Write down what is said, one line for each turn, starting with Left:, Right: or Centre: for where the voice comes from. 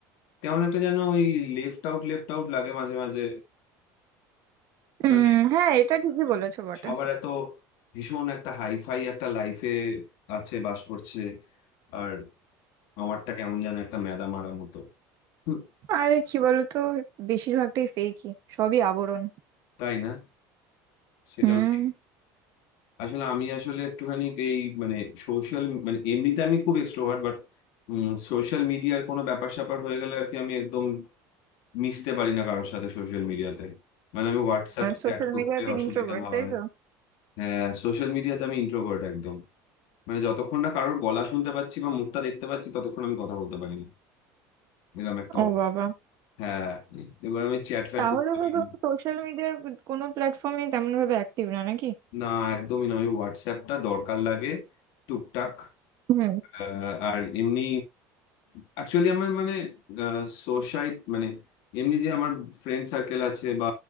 Left: কেমন একটা যেন ওই লেফট আউট লেফট আউট লাগে মাঝে মাঝে
Right: উম
Left: মানে
Right: হ্যাঁ এটা ঠিকই বলেছো বটে
Left: সবার এত ভীষণ একটা হাইফাই একটা লাইফে আছে বাস করছে আর আমারটা কেমন যেন একটা মেদা মারা মতো হুম,
Right: আরে কি বলতো বেশিরভাগটাই ফেকই সবই আবরণ
Left: তাই না সেটাও
Right: হুম
Left: ঠিক আসলে আমি আসলে একটুখানি এই মানে সোশ্যাল মানে এমনিতে আমি খুব এক্সট্রোভার্ট বাট সোশ্যাল মিডিয়ার কোনো ব্যাপার স্যাপার হয়ে গেলে আর কি আমি একদম মিশতে পারি না কারোর সাথে সোশ্যাল মিডিয়াতে মানে আমি হোয়াটসঅ্যাপে
Right: সোশ্যাল
Left: চ্যাট করতে
Right: মিডিয়াতে
Left: অসুবিধা
Right: ইন্ট্রোভার্ট তাই
Left: হয়
Right: তো
Left: হ্যাঁ সোশ্যাল মিডিয়াতে আমি ইন্ট্রোভার্ট একদম মানে যতক্ষণ না কারোর গলা শুনতে পাচ্ছি বা মুখটা দেখতে পাচ্ছি ততক্ষণ আমি কথা বলতে পারি না এরকম একটা
Right: ও
Left: অব-
Right: বাবা
Left: হ্যাঁ এবার আমি চ্যাট ফ্যাট
Right: তাহলে
Left: করতে পারি
Right: তো তুমি
Left: না
Right: সোশ্যাল মিডিয়ার কোনো প্ল্যাটফর্মে তেমন ভাবে অ্যাক্টিভ না নাকি
Left: না, একদমই না আমি হোয়াটসঅ্যাপটা দরকার লাগে টুকটাক
Right: হুম
Left: আহ, আর এমনি অ্যাকচুয়ালি আমার মানে সোসাইটি মানে এমনি যে আমার ফ্রেন্ড সার্কেল আছে বা